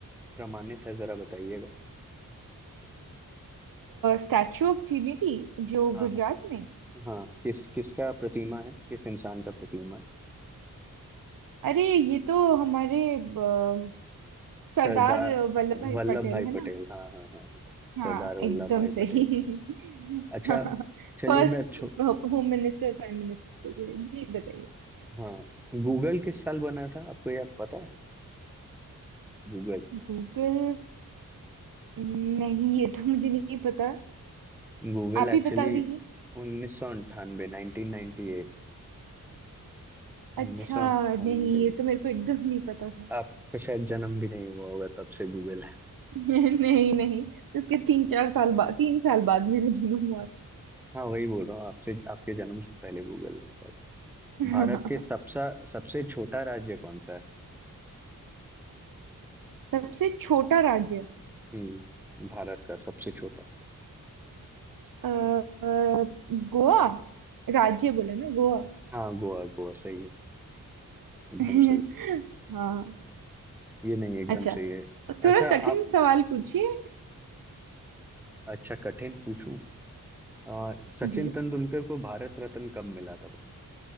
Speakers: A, in the centre; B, on the right (about 70°).
A: प्रमाणित है जरा बताइएगा
B: स्टैचू ऑफ यूनिटी जो
A: हाँ
B: गुजरात
A: हाँ
B: में
A: हाँ किस किसका प्रतिमा है किस इंसान का प्रतिमा है
B: अरे ये तो हमारे ब- सरदार
A: सरदार
B: वल्लभ भाई
A: वल्लभ
B: पटेल
A: भाई
B: है ना
A: पटेल हाँ हाँ हाँ हाँ,
B: हाँ
A: सरदार वल्लभ
B: एकदम
A: भाई
B: सही
A: पटेल के
B: <laughs>
A: अच्छा चलिए
B: First
A: मैं छो
B: home minister prime minister जी बताइए
A: हाँ गूगल किस साल बना था आपको यह पता है गूगल
B: गूगल नहीं ये तो मुझे नहीं पता
A: Google
B: आप
A: actually
B: ही बता दीजिए
A: उन्नीस सौ अंठानवे नाइनटीन नाइनटी एट
B: अच्छा
A: उन्नीस सौ अंठानवे
B: नहीं ये
A: में।
B: तो मेरे को एकदम नहीं पता था
A: आपका शायद जन्म भी नहीं हुआ होगा तब से गूगल है
B: <laughs> नहीं नहीं उसके तीन चार साल बाद तीन साल बाद मेरा जन्म हुआ
A: हाँ वही बोल रहा हूँ आपसे आपके जन्म से पहले गूगल है
B: था
A: भारत के सबसे
B: <laughs>
A: सबसे छोटा राज्य कौन सा है
B: सबसे छोटा राज्य
A: हम्म भारत का सबसे छोटा
B: अ,
A: सही है।
B: अ, गोवा राज्य बोला ना गोवा
A: हाँ गोवा गोवा सही है एकदम
B: <laughs>
A: सही
B: हाँ
A: ये नहीं एकदम
B: अच्छा
A: सही है
B: थोड़ा
A: अच्छा
B: कठिन
A: आप
B: सवाल पूछिए
A: अच्छा कठिन पूछूं आ, सचिन
B: जी
A: तेंदुलकर को भारत रत्न कब मिला था बता-